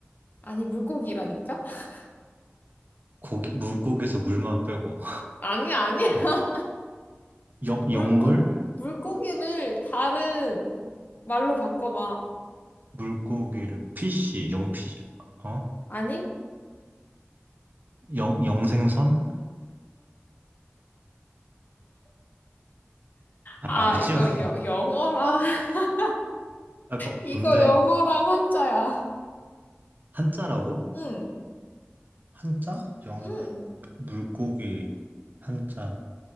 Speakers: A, on the left; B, on the right.
A: 아니, 물고기라니까? <laughs>
B: 고기, 물고기에서 물만 빼고.
A: 아니야, 아니야.
B: <laughs> 영, 영물?
A: 물고, 물고기를 다른 말로 바꿔봐.
B: 물고기를 피씨, 영피, 어?
A: 아니?
B: 영, 영생선? 아,
A: 아,
B: 아, 오징어.
A: 이거
B: <laughs>
A: 여, 영어랑, <laughs>
B: 아, 뭐,
A: 이거
B: 뭔데?
A: 영어랑 한자야.
B: 한자라고?
A: 응,
B: 한자? 영,
A: 응.
B: 물고기, 한자,